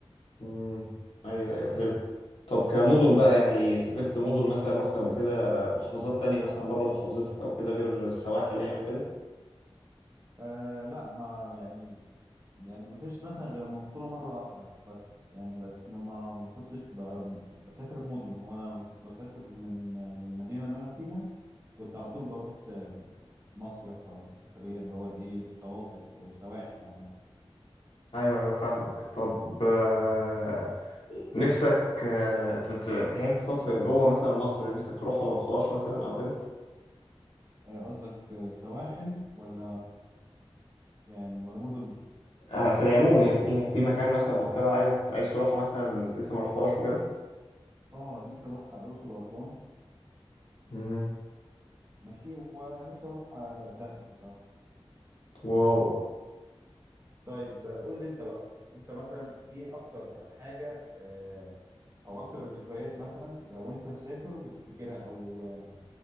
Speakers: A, on the left; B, on the right.
A: مم. ايوه ايوه حلو طب كمدن بقى يعني سافرت مدن مثلا رحت قبل كده محافظات تانية مثلا بره محافظتك او كده غير السواحل يعني وكده
B: آه لا ما يعني يعني ما فيش مثلا غير المنصورة مرة واحدة بس يعني بس ما ما ما كنتش ب- بسافر مدن هو انا كنت بسافر من من المدينة اللي انا فيها كنت على طول بروح س- مصيف او سفرية اللي هو ايه شواطئ او سواحل عامة
A: ايوه ايوه فاهمك طب آه، نفسك آه، تت- في حته طب في جوه مثلا مصر نفسك تروحها ما رحتهاش مثلا او كده
B: آه، قصدك آه، سواحل ولا يعني ولا مدن
A: آه، في العموم يعني في في مكان مثلا منطقه عايز عايز تروحها مثلا لسه ما رحتهاش وكده
B: اه نفسي اروح الاقصر واسوان
A: مم.
B: ماشي ونفسي اروح آه، دهب بصراحه
A: واو
B: طيب آه، قول لي انت بقى انت مثلا ايه اكتر حاجة آه، او اكتر ذكريات مثلا لو انت مسافر بتفتكرها او آه،